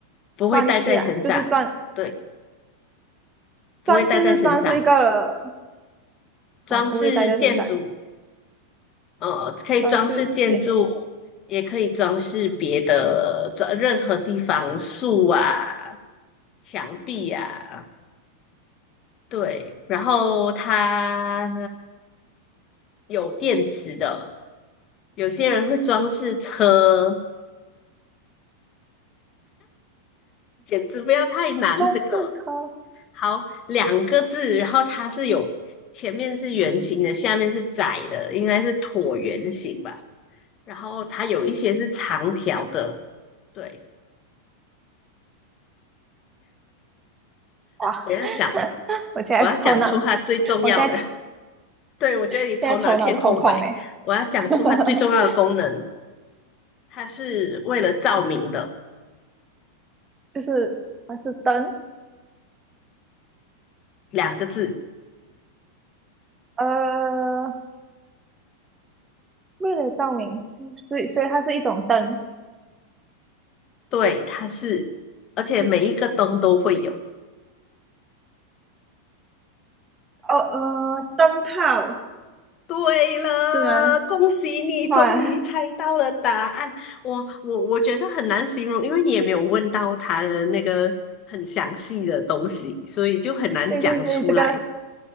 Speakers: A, on the left; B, on the right.
A: 不会戴在身上，
B: 装饰啊，就是装
A: 对，不会戴在身上的
B: 装饰是装饰一个，
A: 装饰建筑，
B: 哦，不会戴在身上，
A: 呃，可以装饰建筑，
B: 装饰件，
A: 也可以装饰别的装任何地方，树啊、墙壁啊，对，然后它有电池的，有些人会装饰车，简直不要太难，
B: 装饰车，
A: 这个好，两个字，然后它是有前面是圆形的，下面是窄的，应该是椭圆形吧。然后它有一些是长条的。对，
B: 哇，
A: 我要讲，
B: <laughs> 我现在头脑，
A: 我要讲出它最重要的。
B: 我现在头
A: <laughs> 对，我觉得你头脑一片空白。
B: 现在头脑空空诶，
A: 我要讲出它最重要的功能，
B: <laughs>
A: 它是为了照明的，
B: 就是它是灯，
A: 两个字。
B: 呃，为了照明，所以所以它是一种灯，
A: 对，它是，而且每一个灯都会有。
B: 哦呃，灯泡
A: 对了，
B: 是吗？
A: 恭喜你终于猜到了答案。
B: 哇。
A: 我我我觉得很难形容，因为你也没有问到他的那个很详细的东西，所以就很难讲出来。
B: 对对对，这个